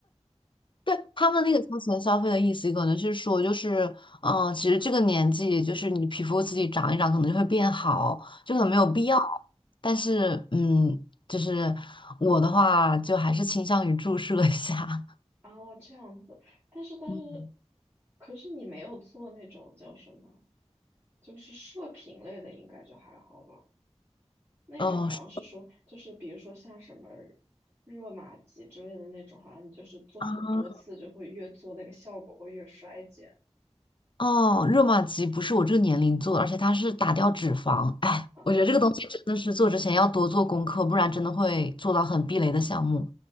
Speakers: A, on the left; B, on the right.
A: 对，他们那个超前消费的意思，可能是说，就是，嗯、其实这个年纪，就是你皮肤自己长一长，可能就会变好，就可能没有必要。
B: 嗯，
A: 但是，嗯，就是我的话，就还是倾向于注射一下。
B: 哦，这样子，但是但是，
A: <laughs> 嗯，
B: 可是你没有做那种叫什么，就是射频类的，应该就还好吧？那种好像是说，
A: 哦，是
B: 就是比如说像什么热玛吉之类的那种，好像你就是做很多次就会越做那个效果会越衰减。
A: 啊，哦，热玛吉不是我这个年龄做的而且它是打掉脂肪。哎，
B: 嗯，
A: 我觉得这个东西真的是做之前要多做功课，不然真的会做到很避雷的项目。